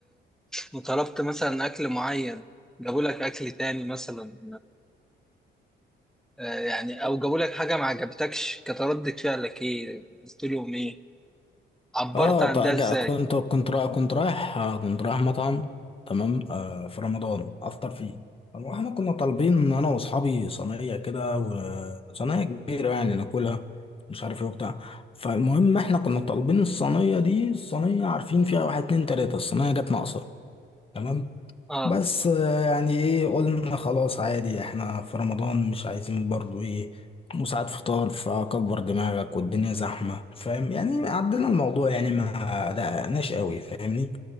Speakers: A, in the centre; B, on the left (about 30°).
A: وطلبت مثلا اكل معين جابوا لك اكل تاني مثلا آه، يعني او جابوا لك حاجه ما عجبتكش كانت ردة فعلك ايه قلت لهم ايه عبرت
B: اه
A: عن
B: طيب
A: ده ازاي
B: كنت كنت رايح كنت رايح آه، كنت رايح مطعم تمام آه في رمضان افطر فيه طب واحنا كنا طالبين انا واصحابي صينيه كده وصينيه كبيره يعني ناكلها مش عارف ايه وبتاع فالمهم احنا كنا طالبين الصينيه دي الصينيه عارفين فيها واحد اتنين تلاته الصينيه جت ناقصه تمام
A: اه
B: بس آه، يعني ايه قلنا خلاص عادي احنا في رمضان مش عايزين برضو ايه وساعات فطار فكبر دماغك والدنيا زحمة فاهم يعني عدينا الموضوع يعني ما دققناش قوي فاهمني